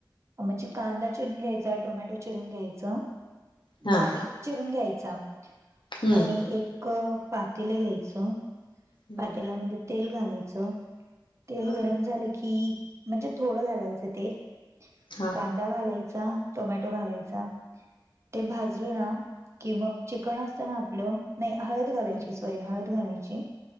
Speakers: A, on the right; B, on the left.
A: म्हणजे कांदा चिरून घ्यायचा टोमॅटो चिरून घ्यायच.
B: हा
A: बारीक चिरून घ्यायचा
B: हम्म
A: आणि एक पातेल घ्यायचं.
B: हम्म
A: पातेलामध्ये तेल घालायचं तेल
B: हा
A: गरम
B: हा
A: झालं की, म्हणजे थोडं घालायचं तेल
B: हा
A: का ''--'' दा घालायचा टोमॅटो घालायचा. ते भाजलं ना की, मग चिकन असतं ना आपलं. नाही हळद घालायची
B: हम्म
A: सॉरी हळद घालायची.